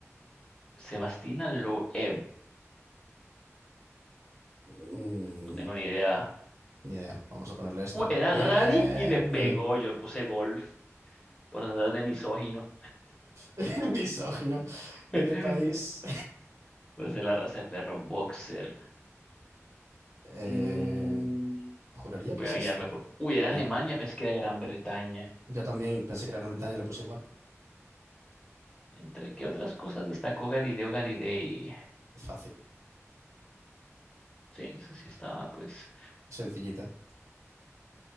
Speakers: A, on the left (about 15°); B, on the right (about 75°).
A: Sebastina Loeb.
B: Mm,
A: No tengo ni idea.
B: ni idea. Vamos a ponerle esta.
A: Uh, era
B: ¡Bien!
A: rally y le pegó. Yo puse golf por andar de misógino.
B: <laughs> Misógino. ¿De
A: <laughs>
B: qué país?
A: Pues es la raza de perro boxer.
B: Eh,
A: Mm,
B: juraría
A: voy
B: que es
A: a guiarme
B: esta, pero.
A: por. Uy, era
B: No.
A: Alemania, pensé que era Gran Bretaña.
B: Yo también pensé que la Gran Bretaña le puse igual.
A: ¿Entre qué otras cosas destacó Galileo Galilei?
B: Fácil.
A: Sí, eso sí estaba, pues.
B: Sencillita.